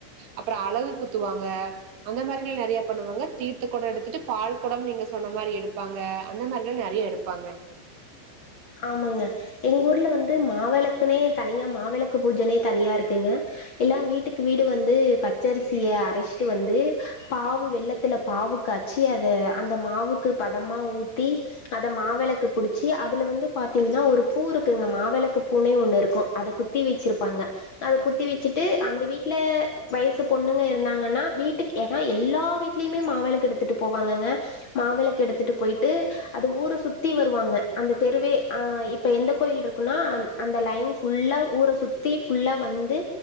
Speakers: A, on the right; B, on the left.
A: அப்பறோ அலகு குத்துவாங்க அந்த மாரில்ல நெறைய பண்ணுவாங்க தீர்த்த கொடோ எடுத்துட்டு பால்க்கொடம் நீங்க சொன்ன மாரி எடுப்பாங்க அந்த மாரில்லா நெறைய எடுப்பாங்க
B: ஆமாங்க எங்க ஊர்ல வந்து மாவெளக்குனே தனியா மாவெளக்கு பூஜனே தனியா இருக்குங்க எல்லா வீட்டுக்கு வீடு வந்து பச்சரிசிய அரச்ட்டு வந்து பாவு வெல்லத்துல பாவு காச்சி அத அந்த மாவுக்கு பதமா ஊத்தி அத மாவெளக்கு புடிச்சி அதுல வந்து பாத்தீங்கனா ஒரு பூ இருக்குங்க மாவெளக்கு பூனே ஒன்னு இருக்கு அத குத்தி வெச்சிருப்பாங்க அத குத்தி வெச்சிட்டு அந்த வீட்ல வயசு பொண்ணுங்க இருந்தாங்கன்னா வீட்டுக்கு ஏனா எல்லா வீட்லியுமே மாவெளக்கெடுத்துட்டு போவாங்கங்க மாவெளக்கெடுத்துட்டு போய்ட்டு அத ஊர சுத்தி வருவாங்க அந்த தெருவே அஹ் இப்ப எந்த கோயில்ருக்குன்னா அந் அந்த லைன் ஃபுல்லா ஊர சுத்தி ஃபுல்லா வந்து